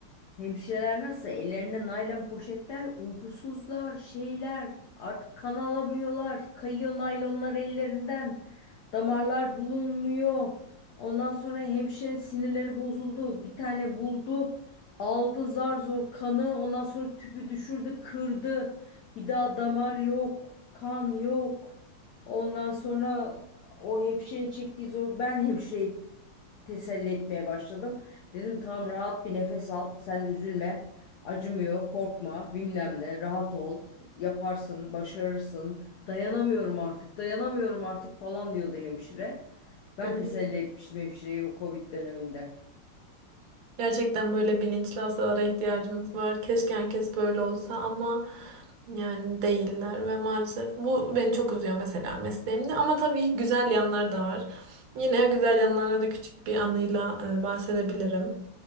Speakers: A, on the left; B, on the right.
A: Hemşireler nasıl? Ellerinde naylon poşetler, uykusuzlar, şeyler. Artık kan alamıyorlar. Kayıyor naylonlar ellerinden. Damarlar bulunmuyor. Ondan sonra hemşire sinirleri bozuldu. Bir tane buldu. Aldı zar zor kanı. Ondan sonra tüpü düşürdü, kırdı. Bir daha damar yok. Kan yok. Ondan sonra o hemşirenin çektiği zor. Ben hemşire teselli etmeye başladım. Dedim tamam rahat bir nefes al. Sen üzülme. Acımıyor, korkma, bilmem ne. Rahat ol. Yaparsın, başarırsın. Dayanamıyorum artık, dayanamıyorum artık falan diyordu hemşire. Ben
B: Hı hı.
A: teselli etmiştim hemşireyi o Covid döneminde.
B: Gerçekten böyle bilinçli hastalara ihtiyacımız var. Keşke herkes böyle olsa ama yani değiller ve maalesef bu beni çok üzüyor mesela mesleğimde. Ama tabii güzel yanlar da var. Yine güzel yanlarına da küçük bir anıyla e, bahsedebilirim.